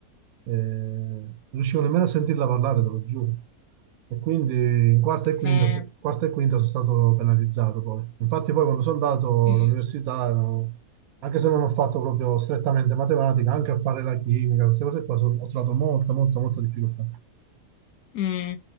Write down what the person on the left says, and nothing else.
eh,
mm,
mm.